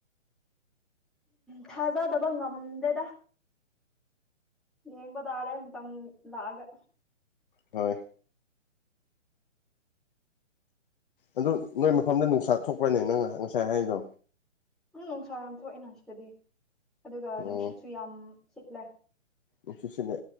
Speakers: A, in the centre; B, on the left.
A: ꯊꯥꯖꯗꯕ ꯉꯝ ꯗꯦꯗ ꯌꯦꯡꯕ ꯇꯥꯔꯦ ꯃꯇꯝ ꯂꯥꯛꯑꯒ
B: ꯍꯣꯏ ꯑꯗꯨ ꯅꯣꯏ ꯃꯐꯝꯗ ꯅꯨꯡꯁꯥ ꯊꯣꯛꯄ꯭ꯔꯥꯅꯦ ꯅꯪ ꯉꯁꯥꯏ ꯍꯥꯏꯔꯤꯗꯣ
A: ꯎꯪ ꯅꯨꯡꯁꯥ ꯌꯥꯝ ꯊꯣꯛꯑꯦꯅꯥ ꯁꯤꯗꯗꯤ ꯑꯗꯨꯒ
B: ꯑꯣ
A: ꯅꯨꯡꯁꯤꯠꯁꯨ ꯌꯥꯝ ꯁꯤꯠꯂꯦ
B: ꯅꯨꯡꯁꯤꯠꯁꯤꯅꯦ